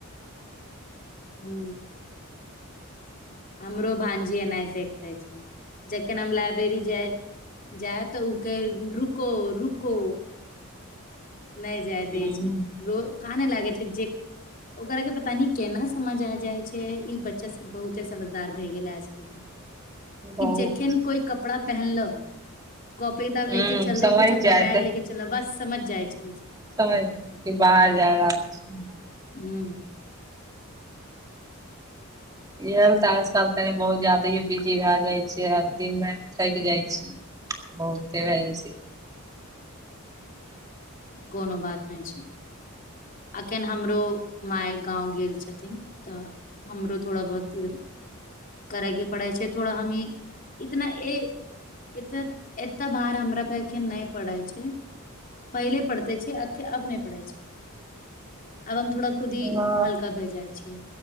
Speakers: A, on the left; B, on the right.
A: हू। हमरो भंजी एनाइ देखै छै जखन हम लाइब्रेरी जाय जायब तऽ उ कैए रुको रुको। नहि जाय दै
B: हूँ
A: छै रोज काना लागै छै जे ओकरा के पता नइ केना समझ आ जाय छै ई बच्चा सब बहुते समझदार भए गेल है आजकल के कि
B: बहुत
A: जखन कोइ क कपड़ा पहनलो कॉपी किताब
B: हूँ
A: ले के चल
B: समझि
A: दे कुछ अपना
B: जायत
A: बैग ले के बस समझ जाइ छै।
B: समैझ गेलखिन की बाहर जा रहल छै।
A: हू
B: इहल टास कल कनि बहुत जादेए बिजी भऽए जाइ छै। से हदी मे हम सहै जाइ छी बहुते भऽ जाइ छै।
A: कोनो बात नहि छै। अखन हमरो माय गाँव गेल छथिन तऽ हमरो थोड़ा बहुत इधर करैके पड़ै छै थोड़ा हमी इतना ए एतऽ एते भार हमरा पे एखन नहि पड़ै छै। पहिले पड़ते छी आखे अब नहि पडै़ छै आब हम थोड़ा खुद ही
B: हँ
A: हल्का भे जाइ छी